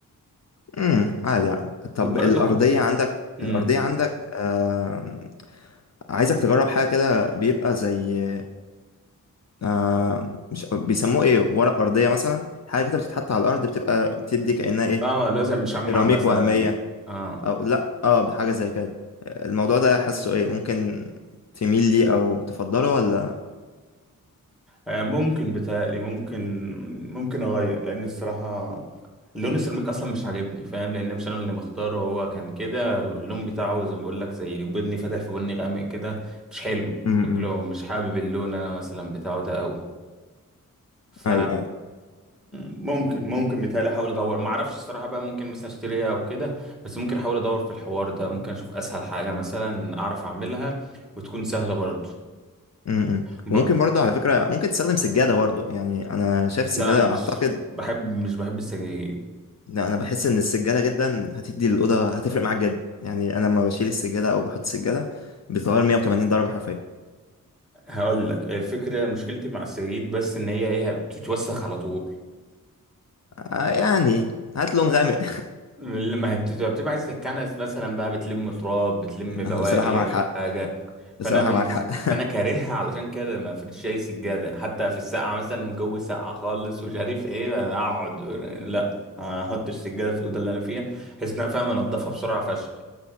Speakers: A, on the left; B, in the centre.
A: امم عادي عادي طب
B: وبرضه
A: الأرضية
B: كنت
A: عندك
B: مم.
A: الأرضية عندك آه... عايزك تجرب حاجة كده بيبقى زي آه... مش بيسموه ايه ورق أرضية مثلا حاجة كده بتتحط على الأرض بتبقى بتدي كأنها ايه
B: اه لازم مشمع
A: سيراميك
B: مثلا
A: وهمية
B: اه
A: أو لأ اه حاجة زي كده الموضوع ده حاسه ايه ممكن تميل ليه أو تفضله ولا
B: آه، ممكن بتهيألي ممكن ممكن اغير لان الصراحه لون السيراميك اصلا مش عاجبني فاهم لان مش انا اللي مختاره هو كان كده اللون بتاعه زي ما بقول لك زي بني فاتح في بني غامق كده مش حلو
A: امم
B: شكله مش حابب اللون انا مثلا بتاعه ده قوي ف
A: ايوه ايوه
B: ممكن ممكن بيتهيألي احاول ادور ما اعرفش الصراحه بقى ممكن مثلا اشتريها او كده بس ممكن احاول ادور في الحوار ده ممكن اشوف اسهل حاجه مثلا اعرف اعملها وتكون سهله برضه
A: امم امم.
B: ب...
A: وممكن برضه على فكرة ممكن تستخدم سجادة برضه يعني أنا شايف السجادة
B: لا مش
A: أعتقد
B: بحب مش بحب السجاير
A: لا انا بحس ان السجاده جدا هتدي للاوضه هتفرق معاك جدا يعني انا لما بشيل السجاده او بحط السجاده بتتغير 180 درجه حرفيا
B: هقول لك الفكره مشكلتي مع السجاير بس ان هي ايه بتتوسخ على طول
A: آه، يعني هات لون غامق
B: لما هي بتبقى بتبقى عايزه تتكنس مثلا بقى بتلم تراب بتلم
A: <laughs>
B: بواقي
A: آه، بصراحه معاك
B: اي
A: حق
B: حاجه
A: بصراحه
B: فانا بالنسبه
A: معاك حق <laughs>
B: فانا كارهها علشان كده ما فرش اي سجاده يعني حتى في السقعه مثلا والجو ساقع خالص ومش عارف ايه أنا اقعد لا ما احطش سجاده في الاوضه اللي انا فيها بحيث ان انا فاهم انضفها بسرعه فشخ